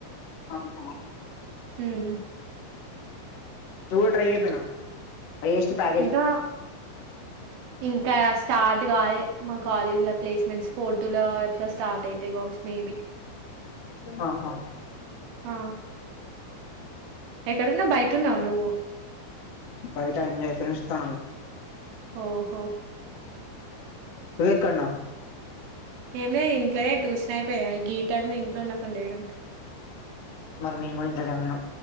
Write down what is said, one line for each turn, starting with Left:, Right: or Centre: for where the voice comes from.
Left: అవున
Right: ఉమ్
Left: నువ్వు కూడా ట్రై చేయకపోయినావు హైయెస్ట్ ప్యాక్
Right: ఇంకా ఇంకా స్టార్ట్ కాలే మా కాలేజీ లో ప్లేస్మెంట్స్ ఫోర్టోలో అట్లా స్టార్ట్ అయితే కావచ్చు మేబీ
Left: ఆహా
Right: ఆ ఎక్కడున్నావు బయటన్నావ నువ్వు
Left: బయట ఎంజాయ్ ఫ్రెండ్స్తోఉన్న
Right: ఓహో
Left: నువ్వెక్కడున్నావ్
Right: ఏమిలే ఇంట్లోనే ట్యూషన్ అయిపోయింది కదా ఈ టైంలో ఇంట్లో ఉండకుండా ఏడుంటా
Left: మరి మేము కూడా ఇంట్లనే ఉన్నాం